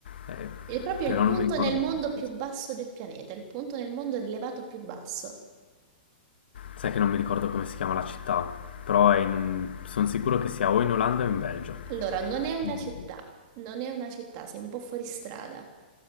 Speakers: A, on the left; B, on the right.
A: eh,
B: È proprio
A: però
B: il punto
A: non mi ricordo
B: nel mondo
A: come
B: più
A: fosse.
B: basso del pianeta, il punto nel mondo rilevato più basso.
A: Sai che non mi ricordo come si chiama la città, però sono sicuro che sia o in Olanda o in Belgio.
B: Allora, non è una
A: Mm.
B: città, non è una città, sei un po' fuori strada.